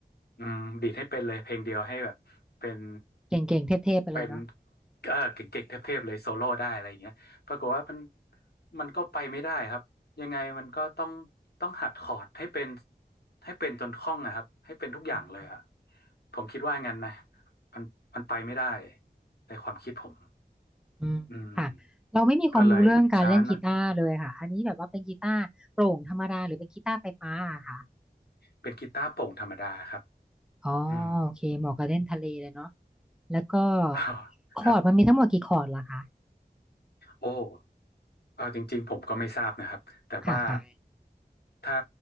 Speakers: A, on the left (about 70°); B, in the centre.
A: อืมดีดให้เป็นเลยเพลงเดียวให้แบบเป็น
B: เก่งๆเทพๆไปเลยเนาะ
A: เป็นเออเก่งๆเทพๆเลยโซโล่ได้อะไรอย่างเงี้ยปรากฏว่ามันมันก็ไปไม่ได้ครับ ยังไงมันก็ต้องต้องหัดคอร์ดให้เป็นให้เป็นจนคล่องนะครับให้เป็นทุกอย่างเลยอะ
B: อืมอืม
A: ผมคิดว่างั้นนะมันมันไปไม่ได้ในความคิดผม
B: อืมค่ะเราไม่มีความรู้เรื่องการเล่นกีตาร์เลยค่ะอันนี้แบบว่าเป็นกีตาร์โปร่งธรรมดาหรือเป็นกีตาร์ไฟฟ้าอะค่ะ
A: อืมก็เลยช้าหนอยเป็นกีตาร์โปร่งธรรมดาครับ
B: อ๋อโอเคเหมาะกับเล่นทะเลเลยเนาะ
A: อืม
B: แล้วก็
A: <laughs>
B: คอร์ดมันมีทั้งหมดกี่คอร์ดล่ะคะ
A: ครับโอ้ เออจริงๆผมก็ไม่ทราบนะครับแต่ว่า
B: ค่ะค่ะ
A: ถ้า